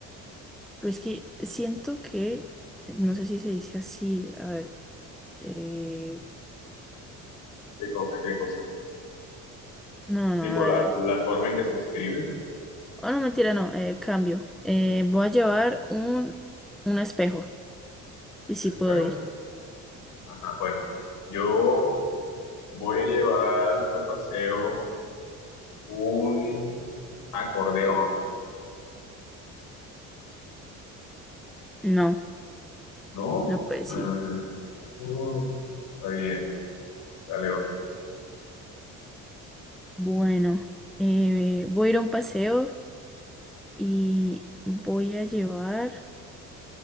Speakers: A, in the centre; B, on the left.
A: Pero es que siento que, no sé si se dice así, a ver, eh,
B: ¿Qué cosa? ¿Qué cosa?
A: no, no, no,
B: Tipo
A: a ver,
B: la,
A: a ver.
B: la forma en que se escribe.
A: Oh, no, mentira, no, eh, cambio. Eh, voy a llevar un, un espejo. ¿Y
B: Un
A: si
B: espejo.
A: puedo ir?
B: Ajá, bueno. Yo voy a llevar al paseo un acordeón,
A: No,
B: ¿no?
A: no puedo
B: Mm,
A: ir.
B: uh, está bien. Dale otra.
A: Bueno, eh, voy a ir a un paseo y voy a llevar